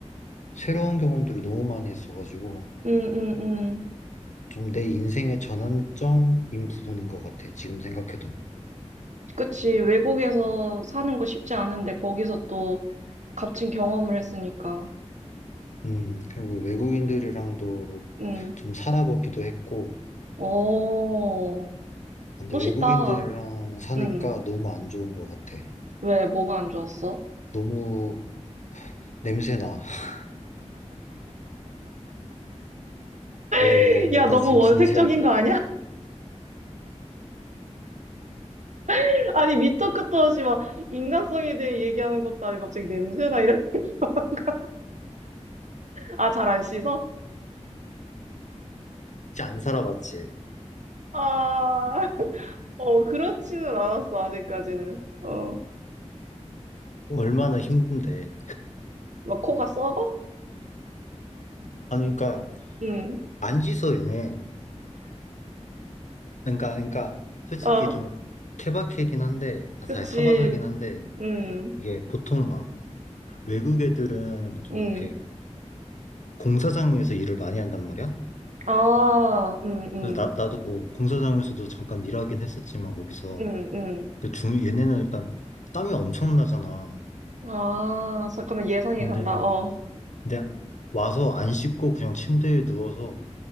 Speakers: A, on the left; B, on the right.
A: 새로운 경험들을 너무 많이 했어가지고,
B: 응, 응, 응.
A: 좀 내 인생의 전환점인 부분인 것 같아. 지금 생각해도.
B: 그치. 외국에서 사는 거 쉽지 않은데 거기서 또 값진 경험을 했으니까.
A: 음, 그리고 외국인들이랑도
B: 응.
A: 좀 살아보기도 했고,
B: 오,
A: 근데
B: 멋있다.
A: 외국인들이랑 사니까
B: 응.
A: 너무 안 좋은 것 같아.
B: 왜, 뭐가 안 좋았어?
A: 너무 냄새나. <laughs> 왜,
B: <laughs>
A: 왜, 왜?
B: 야, 너무
A: 나 지금
B: 원색적인
A: 진지한데.
B: 거 아니야? <laughs> 아니, 밑도 끝도 없이 막 인간성에 대해 얘기하는 것도 아니고 갑자기 냄새나 이런 <laughs> 아, 잘 안 씻어?
A: 진짜 안 살아봤지.
B: 아, <laughs> 어, 그렇지는 않았어, 아직까지는. 어,
A: 얼마나 힘든데.
B: 막 코가 썩어?
A: 아니, 그러니까,
B: 응.
A: 안지서 얘네. 그러니까, 그러니까, 솔직히
B: 어,
A: 좀 케바케긴 한데, 아,
B: 그치.
A: 사실 사바사긴 한데,
B: 응,
A: 이게 보통 막 외국 애들은 좀
B: 응.
A: 이렇게 공사장에서 일을 많이 한단 말이야.
B: 아, 응, 응,
A: 그래서 나, 나도 뭐 공사장에서도 잠깐 일하긴 했었지만 거기서
B: 응, 응.
A: 근데 중 얘네는 일단 땀이 엄청나잖아.
B: 아, 잠깐만, 예상이
A: 근데
B: 간다. 어.
A: 근데 와서 안 씻고 그냥 침대에 누워서